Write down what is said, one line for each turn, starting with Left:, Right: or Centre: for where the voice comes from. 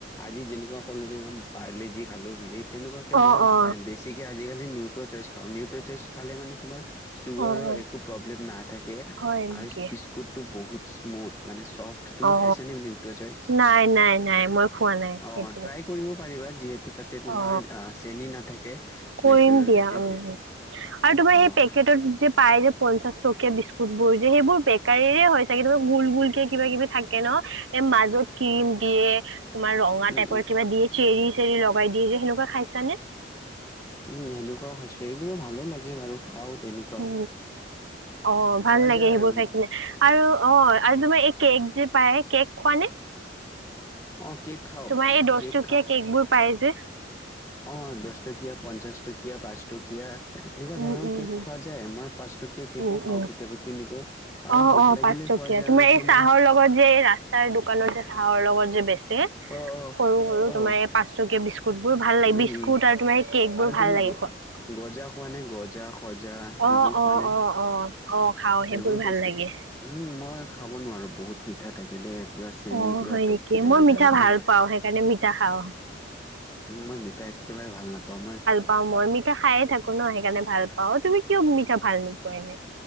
Left: আজি যেনেকুৱা কলো তুমি পাৰলে যি খালো বুলি তেনেকুৱাকৈ
Right: অ
Left: মই
Right: অ
Left: বেছিকৈ আজিকালি নিউট্ৰ' চইচ খাওঁ নিউট্ৰ' চইচ খালে মানে তোমাৰ চুগাৰৰ
Right: অ অ
Left: একো প্ৰব্লেম নাথাকে
Right: হয় নেকি
Left: আৰু বিস্কুটটো বহুত স্মুথ মানে চফ্ট তুমি
Right: অ
Left: খাইছানে নিউট্ৰ চইচ
Right: নাই নাই নাই মই খোৱা নাই
Left: অ
Right: সেইটো
Left: ট্ৰাই কৰিব পাৰিবা যিহেতু তাতে
Right: অ
Left: তুমাৰ চেনী নাথাকে
Right: কৰিম
Left: নেচাৰেল
Right: দিয়া
Left: থাকে যি
Right: উ আৰু তোমাৰ
Left: অ
Right: পে যে পায় যে পঞ্চাশ টকীয়া বিস্কুট বোৰ যে সেইবোৰ গৰে হয় হৈছে কেয়াৰ হয় চাগে গোল গোলকে কিবা কিবি থাকে ন এ মাজত ক্ৰীম দিয়ে তোমাৰ ৰঙা
Left: উম,
Right: টাইপৰ
Left: উম,
Right: কিবা দিয়ে চেৰি চেৰি লগাই দিয়ে যে সেনেকুৱা খাইছা নে
Left: উম সেনেকুৱাও খাইছো এইবোৰো ভালে লাগে বাৰু খাও তেনেকুৱা
Right: উ অ ভাল লাগে
Left: যায়
Right: সেইবোৰ
Left: আৰু
Right: খাই কিনে আৰু অ আৰু তোমাৰ কেক যে পায় কেক খোৱা নে
Left: অ', কেক খাও
Right: তোমাৰ এই দহটকীয়া
Left: কেক
Right: কেক বোৰ পাই যে
Left: অঁ দহ টকীয়া পঞ্চাছ টকীয়া পাঁচ টকীয়া এনেকুৱা
Right: উম
Left: ধৰণৰ
Right: উম
Left: কেক
Right: হম।
Left: খোৱা যায় মই পাঁচটকীয়া কেকো
Right: উম
Left: খাওঁ
Right: উম
Left: কেতিয়াবা কেনেকে আৰু
Right: অ
Left: ভোক
Right: অ
Left: লাগিলে
Right: পাঁচ টকীয়া
Left: খোৱা যায় আৰু
Right: এই
Left: তোমাৰ
Right: চাহৰ লগত যে এই ৰাস্তাৰ দোকানৰ যে চাহৰ লগত যে বেচে।
Left: অ'
Right: সৰু সৰু তোমাৰ
Left: অ',
Right: এই পাঁচটকীয়া বিস্কুট বোৰ ভাল লাগে
Left: উম,
Right: বিস্কুট
Left: উম,
Right: আৰু তোমাৰ এই কেক
Left: আৰু
Right: বোৰ
Left: তুমি
Right: ভাল লাগে
Left: গ
Right: খোৱা।
Left: গজা খোৱা নে গজা? সজা সেইবোৰ
Right: অ
Left: খোৱা
Right: অ',
Left: নাই
Right: অ', অ', অ', খাওঁ
Left: সেইবোৰ
Right: ভাল
Left: বেছি
Right: লাগে।
Left: মই খাব নোৱাৰোঁ বহুত মিঠা থাকে দেই পুৰা চেনী
Right: অ
Left: পূৰা
Right: হয়
Left: টপকি
Right: নেকি
Left: থাকে।
Right: মই
Left: তাৰে
Right: মিঠা ভাল
Left: পৰা।
Right: পাও সেইকাৰণে মিঠা খাওঁ।
Left: মই মিঠাই একেবাৰে ভাল নাপাওঁ মই
Right: পা মই মিঠা খায়ে থাকো ন সেইকাৰণে ভাল পা তুমি কিয় মিঠা ভাল নোপোৱাই নাই?